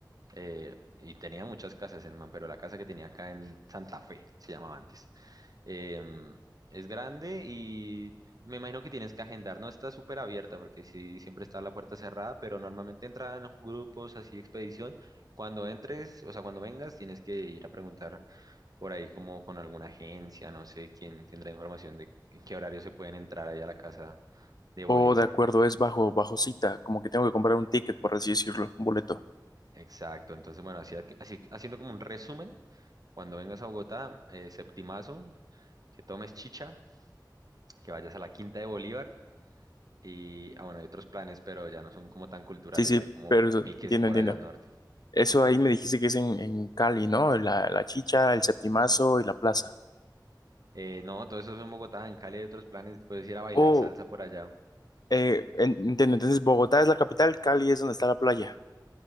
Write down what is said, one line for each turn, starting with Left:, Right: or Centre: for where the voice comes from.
Right: eh, y tenía muchas casas el man, pero la casa que tenía acá en Santa Fe, se llamaba antes, em, es grande y me imagino que tienes que agendar, no está súper abierta porque sí, siempre está la puerta cerrada, pero normalmente entran grupos así de expedición. Cuando entres, o sea, cuando vengas, tienes que ir a preguntar por ahí como con alguna agencia, no sé quién tendrá información de en qué horario se pueden entrar allá a la casa de
Left: O
Right: Bolívar.
Left: de acuerdo, es bajo, bajo cita, como que tengo que comprar un ticket, por así decirlo, un boleto.
Right: Exacto, entonces bueno, así, aquí- así haciendo como un resumen, cuando vengas a Bogotá, eh, septimazo, que tomes chicha, que vayas a la Quinta de Bolívar y, ah, bueno, hay otros planes, pero ya no son como tan culturales,
Left: Sí, sí,
Right: hay como
Left: pero eso,
Right: piques
Left: entiendo,
Right: por
Left: entiendo.
Right: allá al norte.
Left: Eso ahí me dijiste que es en, en Cali, ¿no? La, la Chicha, el Septimazo y la plaza.
Right: Eh, no, todo eso es en Bogotá, en Cali hay otros planes, puedes ir a bailar
Left: Oh,
Right: salsa por allá.
Left: eh, en- entiendo. Entonces, Bogotá es la capital, Cali es donde está la playa.